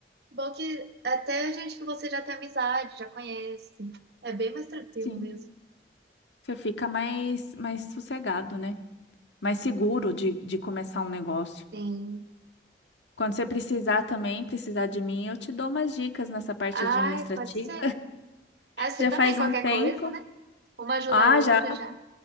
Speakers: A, on the right; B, on the left.
A: Bom que até gente que você já tem amizade, já conhece. É bem mais tranquilo
B: Sim.
A: mesmo.
B: Você fica mais, mais sossegado, né? mais seguro de, de começar um negócio.
A: Sim.
B: Quando você precisar também, precisar de mim, eu te dou umas dicas nessa parte
A: Ai,
B: administrativa.
A: pode ser. Ah, você
B: Já
A: também,
B: faz
A: qualquer
B: um tempo.
A: coisa, né? Uma ajuda
B: Ah,
A: a outra
B: já
A: já.